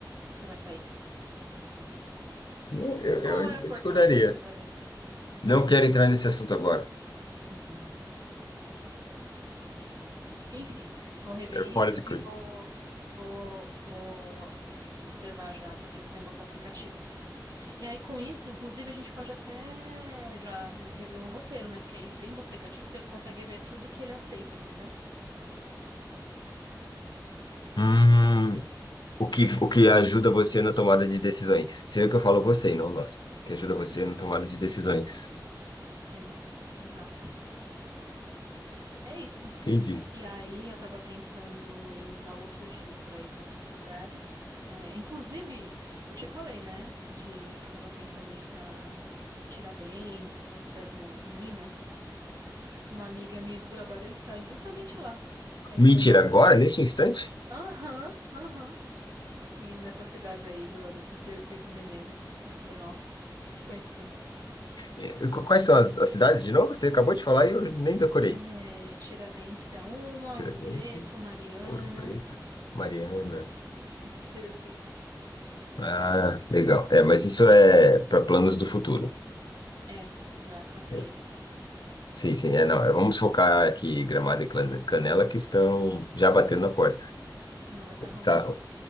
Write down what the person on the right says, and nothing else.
que você vai sair.
Qual aeroporto
você vai sair dessa vez? <laughs>
Uhum. Enfim, vou rever
isso
e vou, vou, vou reservar já, fazer esse negócio do aplicativo. E aí, com isso, inclusive, a gente pode até já rever o roteiro, né? Porque aí dentro do aplicativo você consegue ver tudo que ele aceita, entendeu?
Sim,
sim, exato. É isso.
E aí, eu tava pensando em usar outros dias para ir para outros lugares. É, inclusive, eu te falei, né? De que eu tava pensando em ir para Tiradentes, essas cidades no, em Minas. Uma amiga minha do trabalho está justamente lá. Aí eu
falei, nossa,
aham, aham. E nessas cidades aí do, desse circuito mineiro. Eu falei, nossa, que coincidência.
É, Tiradentes é uma,
Ouro Preto, Mariana,
esse circuito.
É, já cancelei.
Não vai estar rolando.